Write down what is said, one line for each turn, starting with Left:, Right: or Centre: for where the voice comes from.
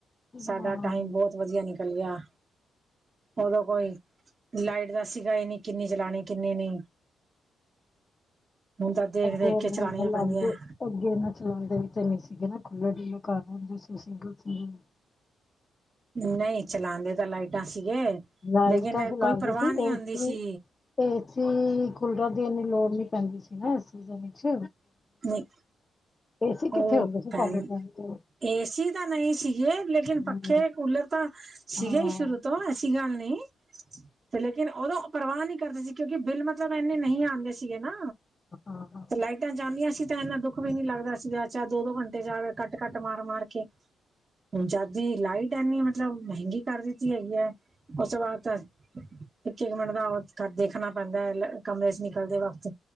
Right: ਸਾਡਾ
Left: ਹਾਂ
Right: ਟਾਈਮ ਬੋਤ ਵਦੀਆ ਨਿਕਲ ਗੇਆ। ਓਦੋਂ ਕੋਈ ਲਾਈਟ ਦਾ ਸੀਗਾ ਈਨੀ ਕਿੰਨੀ ਚਲਾਣੀ, ਕਿੰਨੀ ਨੀ। ਤਾਂ ਦੇਖ
Left: ਅੱਗੇ
Right: ਦੇਖ
Left: ਐਨੂੰ
Right: ਕੇ ਚਲਾਣੀਆਂ
Left: ਬੂਲਾਂਦੇ
Right: ਪੈਂਦੀਆਂ
Left: ਅੱਗੇ ਇਨਾਂ ਚਲਾਂਦੇ ਵੀ ਤੇ ਨੀ ਸੀਗੇ ਨਾ, ਖੁੱਲੇ ਡੂੱਲੇ ਘਾਰ ਹੂਂਦੇ ਸੀ। ਸਿੰਗਲ
Right: ਨਹੀਂ ਚਲਾਂਦੇ ਤਾਂ ਲਾਈਟਾਂ ਸੀਗੇ
Left: ਲਾਈਟਾਂ
Right: ਲੇਕਿਨ
Left: ਚਲਾਉਂਦੇ
Right: ਕੋਈ ਪਰਵਾਅ
Left: ਸੀ
Right: ਨੀ ਹੋਂਦੀ
Left: ਏਸੀ
Right: ਸੀ।
Left: ਏਸੀ, ਕੂਲਰਾਂ ਦੀ ਏਨੀ ਲੋੜ ਨੀ ਪੈਂਦੀ ਸੀ ਨਾ ਐਸ ਸੀਜਨ ਇਚ।
Right: ਨਹੀਂ
Left: ਏਸੀ ਕਿੱਥੇ
Right: ਉਹ
Left: ਹੁੰਦੇ ਸੀ
Right: ਭੈਣ
Left: ਸਾਡੇ ਟੈਮ ਤੇ।
Right: ਏਸੀ ਤਾਂ ਨਹੀਂ ਸੀਗੇ ਲੇਕਿਨ
Left: ਤੇ
Right: ਪੱਖੇ, ਕੂਲਰ ਤਾਂ ਸੀਗੇ
Left: ਹਾਂ
Right: ਈ ਸ਼ੁਰੂ ਤੋਂ। ਸੀਗਾ ਨਹੀਂ ਤੇ ਲੇਕਿਨ ਓਦੋਂ ਪਰਵਾਅ ਨੀ ਕਰਦੇ ਸੀ ਕਿਉਂਕਿ ਬਿੱਲ ਮਤਲਬ ਐਨੇ ਨਹੀਂ ਆਂਦੇ ਸੀ। ਦੀ ਏਨਾ,
Left: ਹਾਂ ਹਾਂ
Right: ਤੇ ਲਾਈਟਾਂ ਜਾਂਦੀਆਂ ਸੀ ਤੇ ਐਨਾਂ ਦੁੱਖ ਵੀ ਨੀ ਲਾਗਦਾ ਸੀਗਾ, ਚਾਏ ਦੋ-ਦੋ ਘੰਟੇ ਜਾਵੇ ਕੱਟ-ਕੱਟ ਮਾਰ-ਮਾਰ ਕੇ। ਹੂੰ ਜੱਦ ਦੀ ਲਾਈਟ ਐਨੀ ਮਤਲਬ ਮੈਹੰਗੀ ਕਾਰ ਦਿੱਤੀ ਹੈਗੀ ਐ, ਓਸ ਤੋਂ ਬਾਦ ਤ ਇੱਕ, ਇੱਕ ਮਿੰਟ ਦਾ ਵਦ-ਕੱਟ ਦੇਖਨਾ ਪੈਂਦੈ, ਲੈ ਕਮਰੇ ਚ ਨਿਕਲਦੇ ਵਕਤ।